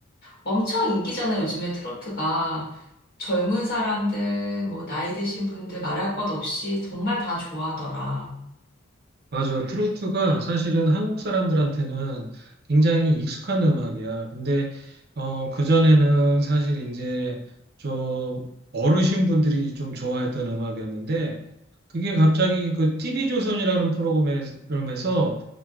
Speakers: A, on the left; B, on the right.
A: 엄청 인기잖아, 요즘에 트로트가. 젊은 사람들, 뭐, 나이 드신 분들 말할 것 없이 정말 다 좋아하더라.
B: 맞아. 트로트가 사실은 한국 사람들한테는 굉장히 익숙한 음악이야. 근데, 어, 그전에는 사실 이제 좀 어르신분들이 좀 좋아했던 음악이었는데, 그게 갑자기 그 TV조선이라는 프로그램에서